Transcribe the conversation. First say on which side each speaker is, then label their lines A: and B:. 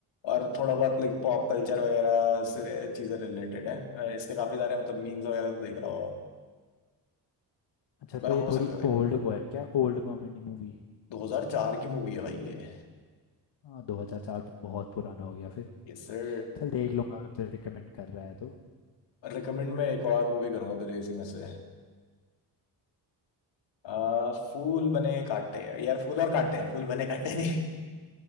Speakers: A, on the left; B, on the left.
A: और थोड़ा बहुत लाइक पॉप कल्चर वगैरह से चीजें रिलेटेड है अ, इसके काफी सारे मतलब मीम्स वगैरह तो देख रहा होगा
B: अच्छा तो
A: वह
B: ये
A: हो
B: थोड़ी
A: सकते थे
B: ओल्ड वो है क्या ओल्ड कॉमेडी मूवी
A: 2004 की मूवी है भाई ये
B: हाँ 2004 तो बहुत पुराना हो गया फिर
A: Yes sir
B: चल देख लूंगा अगर तू रिकमेंड कर रहा है तो
A: रिकमेंड मैं एक और मूवी करूंगा तुझे इसी में से आ, फूल बने कांटे यार फूल और कांटे फूल बने कांटे नहीं